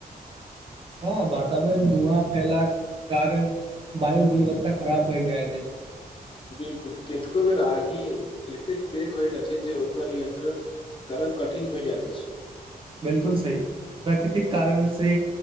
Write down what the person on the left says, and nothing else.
बिलकुल केतेको बेर आगी एतेक पेघ होइत अछि जे ओकर नियन्त्रण करब कठिन भए जायइत अछि